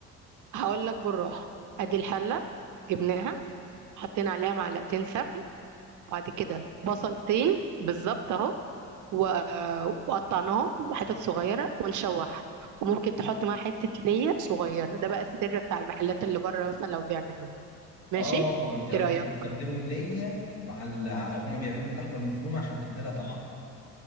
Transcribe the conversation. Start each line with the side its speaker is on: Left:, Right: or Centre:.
Right: هقول لك بالراحة ادي الحلة جبناها حطينا عليها معلقتين سمن بعد كده بصلتين بالظبط اهو و- وقطعناهم حتت صغيرة ونشوح وممكن تحط معاها حتة ليا صغيرة ده بقى السر بتاع المحلات اللي بره مثلا لو بيعملوه ماشي
Left: اه انت قصدك
Right: ايه رأيك
Left: بيستخدموا اللية مع ال... هما بيعملوا اللحمة المفرومة عشان تديلها طعم